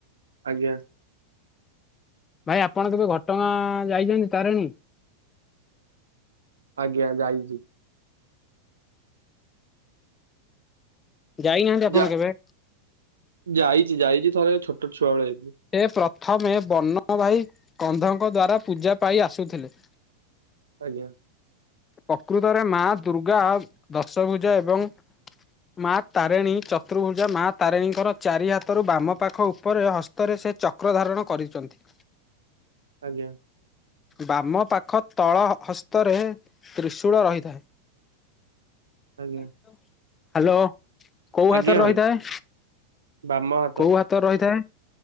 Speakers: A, on the right; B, on the left.
A: ଆଜ୍ଞା।
B: ଭାଇ ଆପଣ କେବେ ଘଟଗାଁ ଯାଇଛନ୍ତି ତାରିଣୀ?
A: ଆଜ୍ଞା ଯାଇଛି।
B: ଯାଇନାହାନ୍ତି ଆପଣ
A: ଯା
B: କେବେ?
A: ଯାଇଛି ଯାଇଛି ଥରେ ଛୋଟ ଛୁଆବେଳେ ଯାଇଚି।
B: ସେ ପ୍ରଥମେ ବର୍ଣ୍ଣଭାଇ କନ୍ଧଙ୍କ ଦ୍ଵାରା ପୂଜା ପାଇ ଆସୁଥିଲେ।
A: ଆଜ୍ଞା।
B: ପ୍ରକୃତରେ ମା ଦୁର୍ଗା ଦଶଭୂଜା ଏବଂ ମା ତାରିଣୀ ଚତୁର୍ଭୁଜା। ମା ତାରିଣୀଙ୍କର ଚାରି ହାତରୁ ବାମ ପାଖ ଉପରେ ହସ୍ତରେ ସେ ଚ ଚକ୍ରଧାରଣ କରିଛନ୍ତି।
A: ଆଜ୍ଞା।
B: ବାମ ପାଖ ତଳ ହସ୍ତରେ ତ୍ରିଶୂଳ ରହିଥାଏ।
A: ଆଜ୍ଞା
B: ହ୍ୟାଲୋ। କୋଉ
A: ଆଜ୍ଞା
B: ହାତରେ ରହିଥାଏ?
A: ଭାଇ ବାମ ହାତ
B: କୋଉ ହାତରେ ରହିଥାଏ